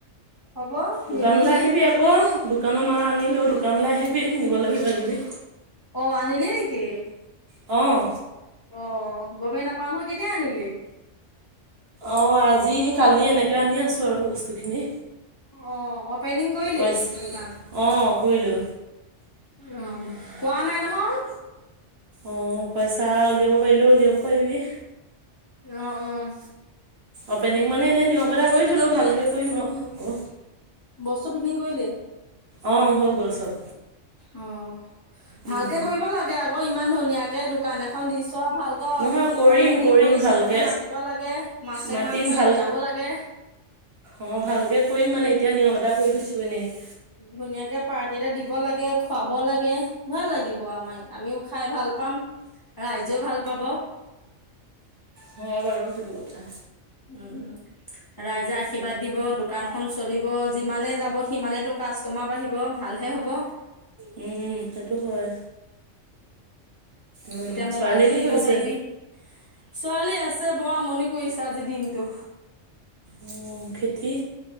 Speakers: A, on the left; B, on the right.
A: হ'ব
B: দোকানলৈ
A: নিবিহি
B: আহিবি আকৌ। অঁহ দোকানৰ মাৰ আনিলো দোকানলে আহিবি নিবলে কিবা কিবি।
A: অ আনিলি নেকি?
B: অহঁ।
A: অ গমেই নাপাওঁ নহয় কেতিয়া আনিলি?
B: অঁ আজি। কালি এনেকে আনি আছোঁ আৰু বস্তুখিনি
A: অ' অপেনিং কৰিলি
B: পইছ
A: দোকান?
B: অঁ কৰিলোঁ।
A: অ কোৱা নাই নহয়।
B: অঁ পইচা উলিয়াব পাৰিলেও উলিয়াব পাৰিবি।
A: অঁ অঁ।
B: অপেনিং মানে এনেই নিয়ম এতা কৰি থলোঁ ভালকে কৰিম আও আকৌ।
A: বস্তু ফিটিং কৰিলি?
B: অ হৈ গ'ল চব।
A: অ ভালকে
B: উম,
A: কৰিব লাগে আকৌ ইমান ধুনীয়াকে দোকান এখন দি চোৱা ভালক
B: নহয় কৰিম
A: অপেনিং
B: কৰিম
A: কৰি
B: ভালকৈ
A: চবকে মাতিব লাগে। মাছে
B: মাতিম
A: মাংসই
B: ভাল
A: গোটাব লাগে।
B: অঁ ভালকে কৰিম মানে এতিয়া নিয়ম এটা কৰি থৈছো এনেই।
A: ধুনীয়াকে পাৰ্টি এটা দিব লাগে। খুৱাব লাগে ভাল লাগিব আমিও খাই ভাল পাম। ৰাইজেও ভাল পাব,
B: হয় বাৰু সেইটো কথা।
A: উম ৰাইজা আ আশীৰ্বাদ দিব দোকানখন চলিব যিমানে যাব সিমানেই টো কাষ্টমাৰ বাঢ়িব ভালহে হ'ব।
B: উম উম সেইটো হয়। উম
A: তেতিয়া
B: ছোৱালীয়ে
A: মোবাইলতটো
B: কি
A: দিব
B: কৰিছে
A: পাইবি। ছোৱালী আছে বৰ আমনি কৰিছে আজি দিনটো।
B: উম খেতি?